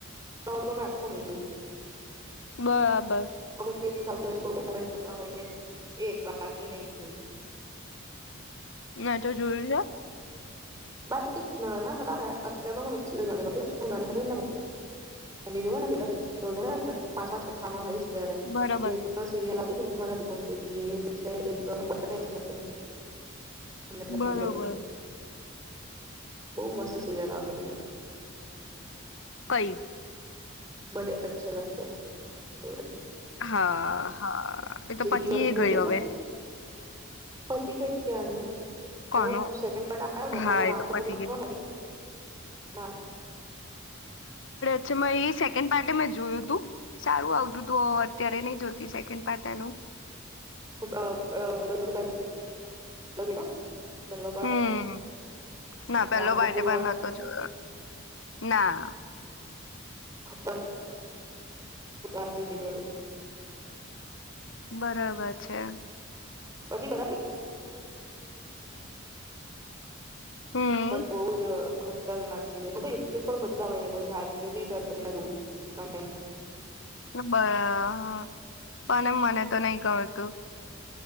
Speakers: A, on the right; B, on the left.
A: વાળુ મે આખું નઈ જોયું.
B: બરાબર.
A: <unintelligible> <unintelligible> હોઈએ એજ બાકી નઈ જોયું.
B: ના તો જરૂરી <unintelligible>
A: બાકી ના ના ને તો અત્યારે તો એક પણ સિરિયલ નથી ગમતી, હું નાની હતી તો મમ્મી જોવે ને સિરિયલ તો જોયા કરતી પાંચમાં છઠ્ઠામાં હોઈશ ત્યારે,
B: બરોબર
A: બે ત્રણ સિરયલ આવતી ને મને બોવ ગમતી તી, એક છે બડે અચે લગતે હૈ. તમને કદાચ
B: બરોબર.
A: સાંભળી હોય તો બહુ મસ્ત સીરયલ આવતી્યા
B: કઈ?
A: બડે અચ્છે લગતે હૈ, એ વાડી.
B: હા હા એ તો
A: ડીવી
B: પતિએ
A: વાળી સિરિયલ
B: ગઈ
A: જોઈ છે
B: હવે.
A: પતી ગઈ ક્યાર ની.
B: કોનું?
A: એનો સેકડ પ આવયો હતો
B: હા
A: રામ
B: એ તો
A: કપૂર
B: પતી
A: ન
B: ગઈ
A: <inaudible>
B: અછ મે એ સેકન્ડ પાર્ટ મે જોયું હતું સારું આવતું તો અત્યારે નહી જોતી સેકન્ડ પાર્ટ એનું.
A: <inaudible> પહેલો પાર્ટ
B: હમ્મ ના પેલો
A: રામ કપૂર
B: પાર્ટ પણ
A: વાળો
B: નતો જોયો ના.
A: ખતર <inaudible>
B: બરા-બરાબર છે.
A: પછી <inaudible>
B: હમ
A: બટ બહુજ ખતરનાક સિરિયલ. <inaudible> યુટ્યુબ બધા અવેલેબલ છે. આજ જેભી સર્ચકરી ને જોઉં સોમટાઇમ્સ.
B: એબા પણ એ મને તો નહી ગરતું.